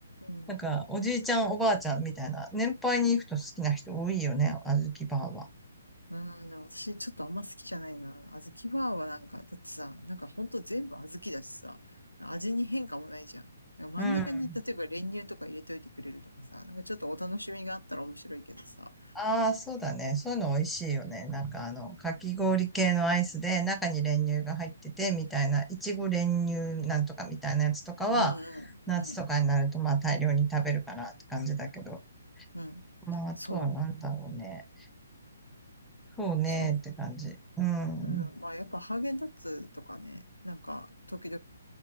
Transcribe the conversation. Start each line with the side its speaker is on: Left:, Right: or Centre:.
Left: うん。
Centre: なんかおじいちゃんおばあちゃんみたいな、年配に行くと好きな人多いよね、小豆バーは。
Left: うん、でも私ちょっとあんま好きじゃないな。小豆バーはなんか、だってさ、なんかほんと全部小豆だしさ、味に変化もないじゃん。なんか真ん中に、
Centre: うん。
Left: 例えば練乳とか入れといてくれるとかさ、なんかちょっとお楽しみがあったら面白いけどさ。
Centre: ああ、そうだね。そういうの美味しいよね。なんかあの、かき氷系のアイスで中に練乳が入っててみたいな、いちご練乳なんとかみたいなやつとかは、
Left: うんうん、
Centre: 夏とかになるとまあ大量に食べるかなって感じだけど。
Left: うん、うん。
Centre: まああとはなんだろうね。
Left: そう、
Centre: そうねって感じ。
Left: そう。
Centre: うん。
Left: うん、まあやっぱハーゲンダッツとかね、なんか時々、